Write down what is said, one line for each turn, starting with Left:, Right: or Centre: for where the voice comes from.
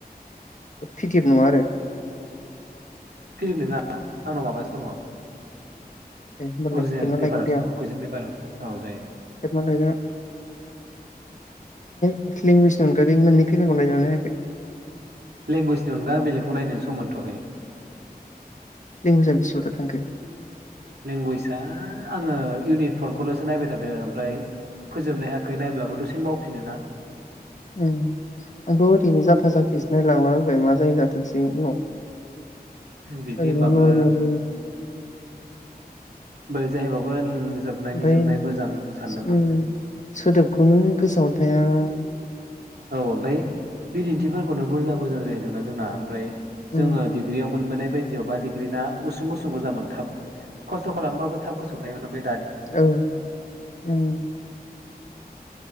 Left: फिकेब नङा आरो
Right: फिदिएफम नोङा आंनाव माबासो दङ
Left: दे होमबालाय
Right: अरजिनेल
Left: खेबना
Right: पेपारासो
Left: लायगोन दे आं
Right: दङ कुइजन पेपारासो औ जायो
Left: खेबना लायना <unintelligible> मोननै पेपारखौ नायगोना नायाखै
Right: लेंगुवेजनि अनगा आं बिलेखखौ नायनोनो सम मोनथ'वखै
Left: लिंगुज आ बिसिबां दा थांखो?
Right: लेंगुवेजआ आङो इउनिट फरखौलसो नायबाय थादों ओमफ्राय फोजोबनो हायाखै नायब्लाबो दसेनो बावफिनो ना।
Left: उम आंथ' ऐरैनो जाफा जाफिसो नायलांला बायबाय मा जायो जाथोंसै उनाव
Right: बिदि
Left: ओरैनो
Right: होनबाबो
Left: नरमेल
Right: बोरै जाहैबावगोन। जोबनायनि
Left: ओमफ्राय
Right: जोबनाय मोजां सानदोंमोन
Left: उम सोदोबखौनो गोसोआवनो थाया <inaudible>
Right: औ ओमफ्राय बिदिन्थिफोरखौनो बुरजा बुरजाद्राय होदोंना जोंना फाय
Left: उम
Right: जोङो डिग्रियाव मोनबोनाय बायदियावबा डिग्रिना गुसुं गुसुं गोजामोन थाब खस्थ' खालामबाबो थाब गोआव थायोमोन ओमफाय
Left: औ उम